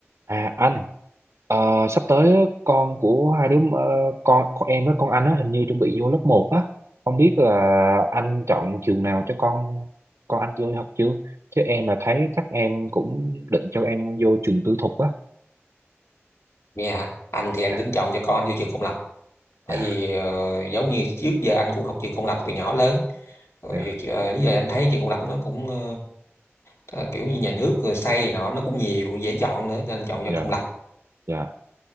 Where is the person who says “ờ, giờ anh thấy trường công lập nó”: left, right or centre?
Left